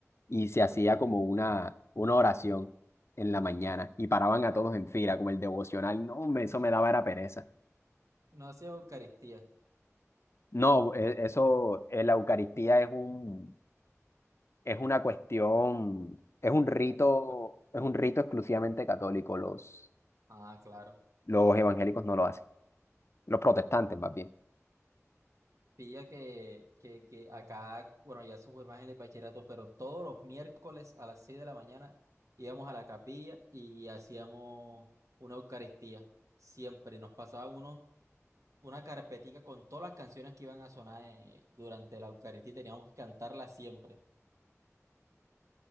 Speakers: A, on the left (about 55°); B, on the right (about 75°).
A: y se hacía como una, una oración en la mañana y paraban a
B: Ah,
A: todos en fila, como el devocional, no, hombre, eso
B: <laughs>
A: me daba era pereza.
B: No hacía Eucaristía,
A: No, e- eso, eh, la Eucaristía es un es una cuestión, es un rito,
B: católico.
A: es un rito exclusivamente católico. Los,
B: Ah, claro.
A: los evangélicos no lo hacen, los protestantes más bien.
B: Pilla que, que, que acá, bueno, ya eso fue más en el bachillerato, pero todos los miércoles a las 6 de la mañana íbamos a la capilla y hacíamos una Eucaristía. Siempre nos pasaban unos, una carpetica con todas las canciones que iban a sonar eh, durante la Eucaristía y teníamos que cantarla siempre.